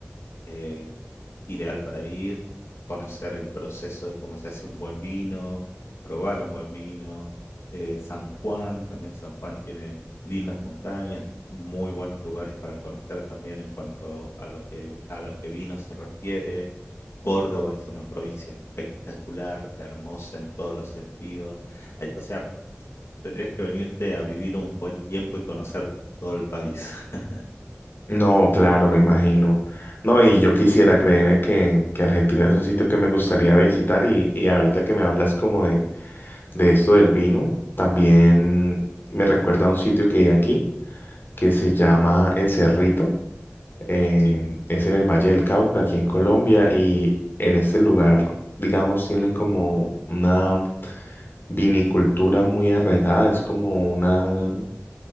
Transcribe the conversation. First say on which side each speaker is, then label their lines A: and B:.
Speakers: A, on the left; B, on the left.
A: eh, ideal para ir, conocer el proceso de cómo se hace un buen vino, probar un buen vino. Eh, San Juan, también San Juan tiene lindas montañas, muy buenos lugares para conocer también en cuanto a lo que, a lo que vino se refiere. Córdoba es una provincia espectacular, hermosa en todos los sentidos. Ay, O sea, tendrías que venirte a vivir un buen tiempo y conocer todo el país. <laughs>
B: No, claro, me imagino. No, y yo quisiera, créeme que, que Argentina es un sitio que me gustaría visitar y, y ahorita que me hablas como de, de esto del vino, también me recuerda a un sitio que hay aquí que se llama
A: Ujú,
B: El Cerrito. eh,
A: Sí,
B: es en el Valle del Cauca, aquí en Colombia, y en este lugar, digamos, tienen como una vinicultura muy arraigada, es como una,